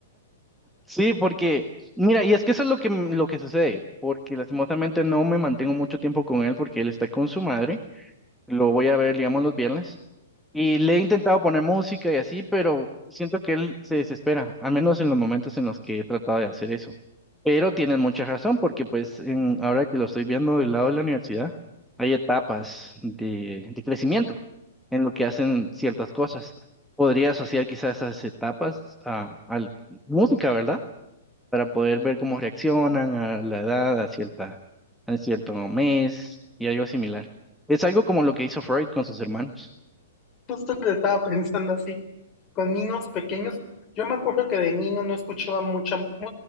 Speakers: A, in the centre; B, on the left.
A: Sí, porque, mira, y es que eso es lo que, m- lo que sucede, porque lastimosamente no me mantengo mucho tiempo con él porque él está con su madre. Lo voy a ver, digamos, los viernes. Y le he intentado poner música y así, pero siento que él se desespera, al menos en los momentos en los que he tratado de hacer eso. Pero tienen mucha razón, porque pues en- ahora que lo estoy viendo del lado de la universidad, hay etapas de, de crecimiento en lo que hacen ciertas cosas. Podría asociar quizás esas etapas a, a música, ¿verdad? Para poder ver cómo reaccionan a la edad, a cierta, a cierto mes y algo similar. Es algo como lo que hizo Freud con sus hermanos.
B: Justo lo estaba <laughs> pensando así, con niños pequeños. Yo me acuerdo que de niño no escuchaba mucha, mu-